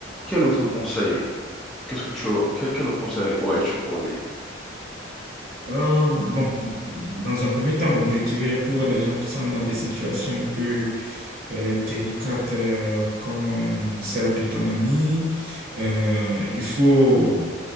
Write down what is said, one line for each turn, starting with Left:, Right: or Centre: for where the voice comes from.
Centre: quel autre conseil, qu'est-ce que tu, as- quel, quel autre conseil aurais-tu pour lui?
Right: Euh, bon, dans un premier temps, bon, je dirais pour les gens qui sont dans des situations un peu euh, délicates euh, comme euh, celle de ton ami, euh, il faut